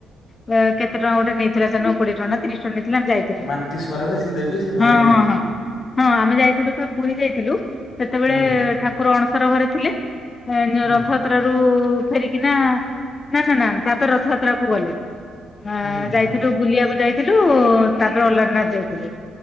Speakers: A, on the left; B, on the left.
A: କେତେ ଟଙ୍କା ଗୋଟେ ନେଇଥିଲା ସେନ କୋଡିଏ ଟଙ୍କା ତିରିଶ ଟଙ୍କା ନେଇଥିଲା। ଯାଇଥିଲୁ
B: ମାଟି ସରାରେ ସିଏ ଦେବେ ସେ ଭାରି
A: ହଁ-ହଁ-ହଁ-ହଁ
B: ଇଏ
A: ଆମେ ଯାଇଥିଲୁ ପୁରୀ ଯାଇଥିଲୁ ସେତେବେଳେ
B: ହୁଁ
A: ଠାକୁର ଅଣସର ଘରେ ଥିଲେ।
B: ହୁଁ
A: ରଥଯାତ୍ରା ରୁ ଫେରିକି ନା-ନା-ନା-ନା ତାପରେ ରଥଯାତ୍ରା କୁ ଗଲେ। ଆ
B: ହୁଁ
A: ଯାଇଥିଲୁ
B: ହୁଁ
A: ବୁଲିବାକୁ ଯାଇଥିଲୁ ତାପରେ ଅଲାରନାଥ ଯାଇଥିଲୁ।